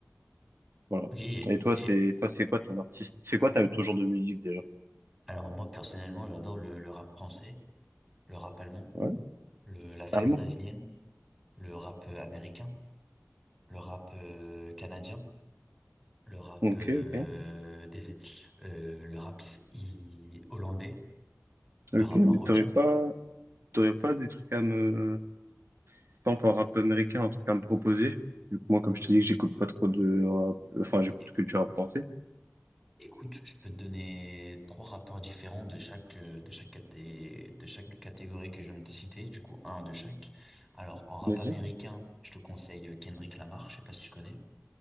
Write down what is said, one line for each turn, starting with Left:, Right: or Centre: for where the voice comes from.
Right: Voilà.
Centre: Ok,
Right: Et toi,
Centre: et
Right: c'est toi, c'est quoi ton artiste? C'est quoi ta, ton genre de musique déjà?
Centre: alors moi personnellement, j'adore le, le rap français, le rap allemand.
Right: Ouais,
Centre: le, la funk
Right: allemand.
Centre: brésilienne, le rap euh, américain, le rap euh, canadien, le rap
Right: Ok,
Centre: euh,
Right: ok.
Centre: des euh, le rap is- i- hollandais,
Right: Ok,
Centre: le rap
Right: mais
Centre: marocain.
Right: t'aurais pas, t'aurais pas des trucs à me, par exemple, en rap américain, un truc à me proposer? Vu que moi, comme je te dis que j'écoute pas trop de rap, enfin, j'écoute
Centre: É-
Right: que du rap français.
Centre: Écoute, je peux te donner trois rappeurs différents de chaque euh, de chaque caté- de chaque catégorie que je viens de te citer, du coup un de chaque. Alors en rap
Right: Vas-y.
Centre: américain, je te conseille Kendrick Lamar, je sais pas si tu connais.